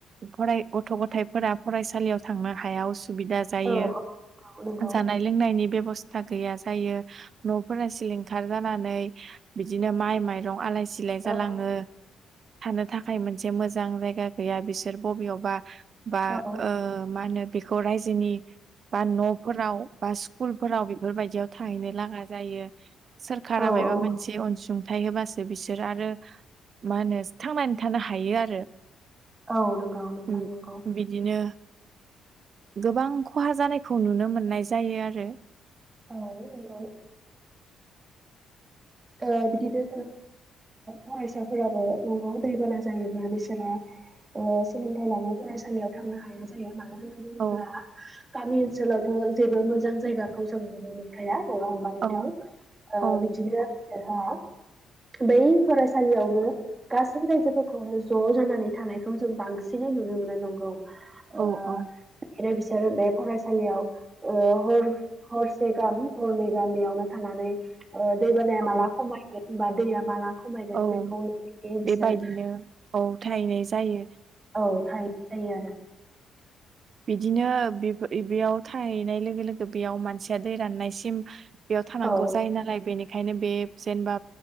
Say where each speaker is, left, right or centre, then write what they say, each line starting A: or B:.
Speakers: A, on the right; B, on the right.
A: फराय गथ' गथाइफोरा फरायसालियाव थांनो हायाव सुबिदा जायो
B: औ नंगौ
A: जानाय लोंनायनि बेबस स्रां गैया जायो न'फोरा सिलिंखार जानानै बिदिनो माइ माइरं आंलाय सिलाय सिलाय जालाङो
B: औ
A: थानो थाखाय मोनसे मोजां जायगा गैया बिसोर बबेयावबा बा
B: औ
A: ओ मा होनो बेखौ रायजोनि बा न'फोराव बा स्कुलफोराव बेफोरबायदियाव थाहैनो लागा जायो सोरखारा
B: औ
A: मायबा
B: औ
A: मोनसे अनसुंथाइ होबासो बिसोर आरो मा होनो थांनानै थानो हायो आरो
B: औ नंगौ नोंथां
A: ओम
B: नंगौ
A: बिदिनो गोबां खहा जानायखौ नुनो मोननाय जायो आरो
B: औ नंगौ ओ बिदिनो फरायसाफोराबो दंगआव दैबाना जायोब्ला बिसोरा ओ‌ सोलोंथाइ लानो फरायसालियाव थांनो हाया जायो मा मानो होनना बुङोब्ला
A: ओ
B: गामि ओनसोलावथ' जेबो मोजां जायगाखौ जों नुनो मोनखाया नङा होमबा नोंथां
A: औ
B: ओ
A: औ
B: बिदिनो होआ बै फरायसालियावनो गासै रायजोफोरखौनो ज' जानानै थानायखौ जों बांसिन नै नुनो मोनो नंगौ ओ
A: औ औ
B: आरो बिसोरो बे फरायसालियाव ओ हर हरसे गाहाम हरनै गाहाम बेयावनो थाना नै‌ ओ दै बानाया
A: औ
B: माला खमायगोन दैया माला खमायगोन
A: औ
B: बेखौ
A: बेबायदिनो
B: बिसोर
A: औ थाहैनाय जायो
B: औ थाहैनाय जायो आरो
A: बिदिनो बे बेयाव थाहैनाय लोगो लोगो बेयाव मानसिया दै राननायसिम बेयाव थानांगौ
B: औ
A: जायो नालाय बेनि खायनो बे जेनेबा